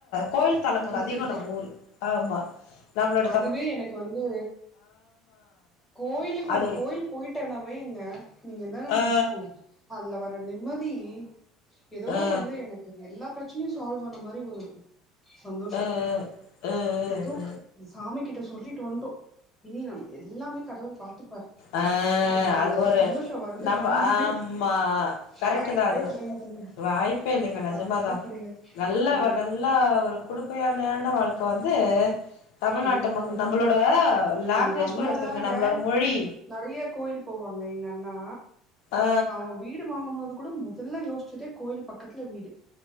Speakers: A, on the left; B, in the centre.
A: கோயில் தளங்கள்
B: குடுத்துருக்கே
A: அதிகோ நம்ம ஊரு ஆமா நம்ளடத்
B: இதுவே எனக்கு வந்து கோயிலுக்கு
A: அது
B: ஒரு கோய் யில் போயிட்டனாவேங்க நீங்க என்ன நெனைச்சுக்கோங்க
A: ஆ
B: அதுல வர நிம்மதி ஏதோ
A: ஆ
B: வந்து எனக்கு எல்லா பிரச்சனையு சால்வ் ஆன மாரி ஒரு சந்தோஷ
A: ஆ ஆ ஆ ஆ
B: ஏதோ சாமி கிட்ட சொல்லிட்டு வந்தோ இனி நம்ம எல்லாமே கடவுள் பாத்துக்குவாரு
A: அ
B: அப்டிங்கிற
A: அது ஒரு
B: சந்தோஷோ வருது
A: நம்ப
B: பாருங்க
A: ஆமா கரெட்டு
B: வாய்ப்பே
A: தா அது
B: கெடையாதுங்க
A: வாய்ப்பே இல்லங்க நெஜமாதா
B: வாய்ப்பே கெடையாது
A: நல்ல
B: ஆமா
A: நல்ல நல்லா ஒரு குடுப்பையானான வாழ்க்க வந்து தமிழ்நாட்ட
B: ம்
A: மக்க நம்மளோட லாங்குவேஜ்
B: எங்க அண்ணாலாங்க
A: கூட எடுத்துக்கங்க நம்மளோட மொழி
B: நெறைய கோயில் போவாங்க எங்க அண்ணா
A: ஆ
B: அவ வீடு வாங்கும்போது கூட மு நல்ல யோசிச்சதே கோயில் பக்கத்துல வீடு